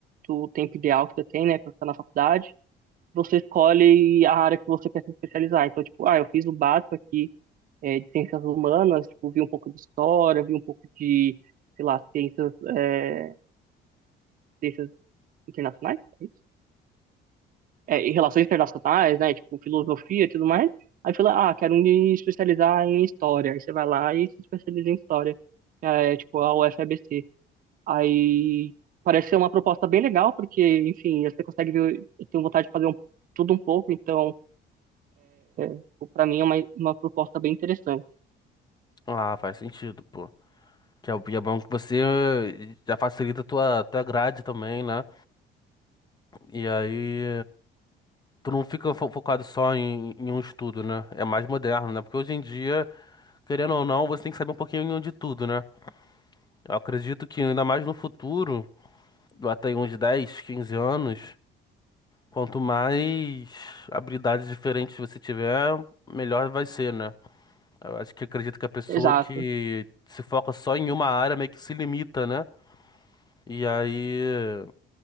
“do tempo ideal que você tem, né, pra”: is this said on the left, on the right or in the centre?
Right